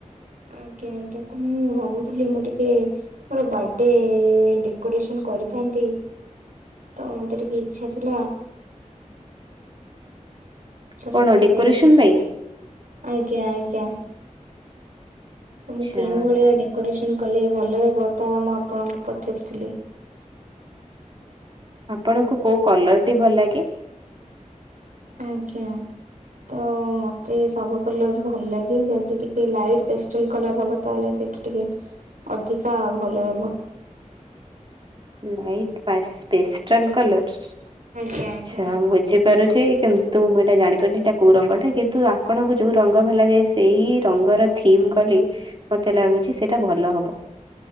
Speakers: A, on the right; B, on the right.
A: ଆଜ୍ଞା ଆଜ୍ଞା ତ ମୁଁ ଭାବୁଥିଲି ମୁଁ ଟିକେ ମୋର ବାର୍ଥଡେ ଡେକୋରେସନ କରିଥାନ୍ତି, ତ ମତେ ଟିକେ ଇଚ୍ଛା ଥିଲା ତ
B: କଣ
A: ସେଥିପାଇଁ,
B: ଡେକୋରେସନ ପାଇଁ?
A: ଆଜ୍ଞା ଆଜ୍ଞା। ତ
B: ଆଚ୍ଛା
A: ମୁଁ କେଉଁ ଭଳିଆ ଡେକୋରେସନ କଲେ ଭଲ ହେବ, ତାହା ମୁଁ ଆପଣଙ୍କୁ ପଚାରୁଥିଲି।
B: ଆପଣଙ୍କୁ କୋଉ କଲର ଟି ଭଲ ଲାଗେ?
A: ଆଜ୍ଞା। ତ ମତେ ସବୁ କଲର ଭଲ ଲାଗେ। ଯଦି ଟିକେ ଲାଇଟ୍ ପେଷ୍ଟଲ କଲର ହବ ତାହେଲେ ସେ ଟିକେ ଅଧିକା ଭଲ ହେବ।
B: ଲାଇଟ ପାଇସ୍ ପେଷ୍ଟଲ କଲର ଆଚ୍ଛା
A: ଆଜ୍ଞା ଆଜ୍ଞା।
B: ବୁଝି ପାରୁଚି କିନ୍ତୁ ମୁଁ ଏଇଟା ଜାଣିପାରୁନି ଏଇଟା କୋଉ ରଙ୍ଗଟା କିନ୍ତୁ ଆପଣଙ୍କୁ ଯୋଉ ରଙ୍ଗ ଭଲ ଲାଗେ ସେଇ ରଙ୍ଗର ଥିମ୍ କଲି ମତେ ଲାଗୁଚି ସେଇଟା ଭଲ ହବ।